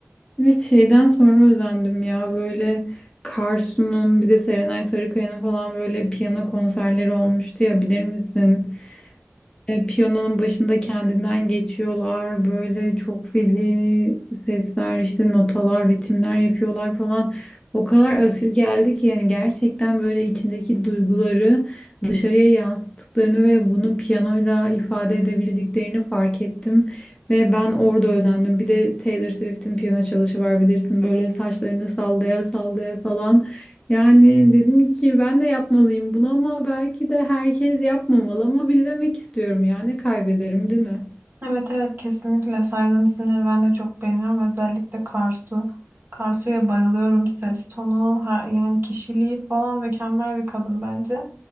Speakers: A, on the left (about 20°); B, on the right (about 45°).
A: Evet şeyden sonra özendim ya böyle Karsu'nun bir de Serenay Sarıkaya'nın falan böyle piyano konserleri olmuştu ya bilir misin? E, Piyanonun başında kendinden geçiyorlar böyle çok feci sesler işte notalar ritimler yapıyorlar falan o kadar asil geldi ki yani gerçekten böyle içindeki duyguları dışarıya yansıttıklarını ve bunu piyanoyla ifade edebildiklerini fark ettim ve ben orada özendim bir de Taylor Swift'in piyano çalışı var bilirsin böyle saçlarını sallaya sallaya falan yani dedim ki ben de yapmalıyım bunu ama belki de herkes yapmamalı ama bir demek istiyorum ya ne kaybederim değil mi?
B: Evet evet kesinlikle saydığın isimleri ben de çok beğeniyorum. Özellikle Karsu. Karsu'ya bayılıyorum. Ses tonu, her, yani kişiliği falan mükemmel bir kadın bence.